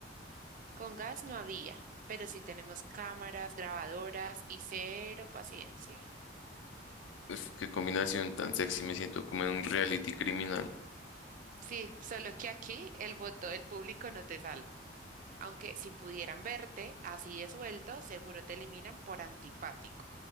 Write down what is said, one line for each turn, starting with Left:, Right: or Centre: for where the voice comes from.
Right: Con gas no había, pero sí tenemos cámaras, grabadoras y cero paciencia.
Left: Uf, qué combinación tan sexy, me siento como en un reality criminal.
Right: Sí, solo que aquí el voto del público no te salva. Aunque si pudieran verte así de suelto, seguro te eliminan por antipático.